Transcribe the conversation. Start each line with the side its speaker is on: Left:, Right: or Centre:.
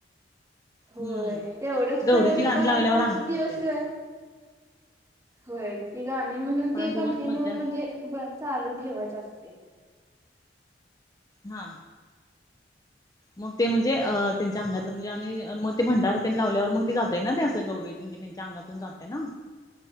Right: होय
Left: हम्म
Right: तेवढंच
Left: गौरीची
Right: खरं ते
Left: गाणी
Right: प
Left: लागल्यावर
Right: पाच
Left: अंगात
Right: दिवस
Left: येते
Right: होय ती गाणी म्हणून
Left: पाच
Right: ते
Left: दिवस
Right: कंटिन्यू
Left: मज्जा
Right: म्हणजे
Left: असते.
Right: चालू ठेवायच असते
Left: हा मग ते म्हणजे त्यांच्या अंगातलं म्हणजे आणि मग ते भंडारा त्यांनी लावल्यावर मग ते जातय ना ते असं गौरी म्हणजे त्यांच्या अंगातून जाते ना